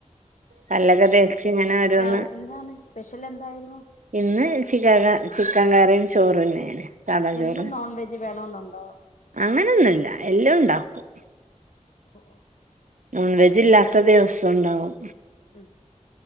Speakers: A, on the right (about 75°); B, on the left (about 80°).
A: പല്ലൊക്കെ തേച്ച് ഇങ്ങനെ ഓരോന്ന്
B: രാവി എന്താണ് സ്പെഷ്യൽ എന്തായിരുന്നു
A: ഇന്ന് ചിക്ക ചിക്കൻ കറിയും ചോറുന്നെയാണ് സാദാ
B: എന്നും
A: ചോറ്
B: നോൺ വെജ് വേണൊന്നുണ്ടോ
A: അങ്ങനൊന്നുല്ല എല്ലാം ഉണ്ടാക്കും
B: ഓഹ്
A: നോൺ വെജ് ഇല്ലാത്ത ദിവസം ഉണ്ടാവും
B: ഉം